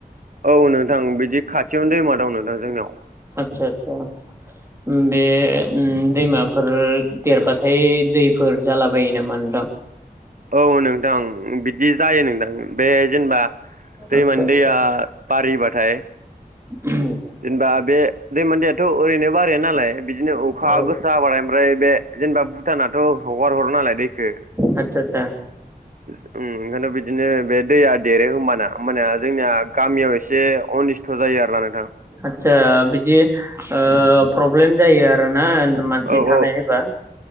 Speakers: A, on the right; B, on the right.
A: औ नोंथां बिदि खाथियावनो दैमा दं नोंथां जोंनियाव।
B: आतसा आतसा। उम बे उम दैमाफोर देरबाथाय दैफोर जालाबायो नामा नोंथां।
A: औ नोंथां बिदि जायो नोंथां बे जेनेबा दैमानि
B: आतसा आतसा
A: दैया बारिबाथाय
B: <unintelligible>
A: जेनेबा बे दैमानि दैयाथ' ओरैनो बाराया नालाय बिदिनो अखा
B: औ
A: गोसा हाबाथाय ओमफ्राय बे जेनेबा भुटानाथ' हगार हरो नालाय दैखो
B: आतसा आतसा
A: <unintelligible> ओम ओंखायथ' बिदिनो बे दैया देरो होमबाना होमबाना जोंनिया गामियाव एसे अनिस स्थ' जायो आरो नोंथां
B: आतसा बिदि ओ प्रब्लेम जायो आरोना मानसि
A: औ
B: थानाय
A: औ
B: होबा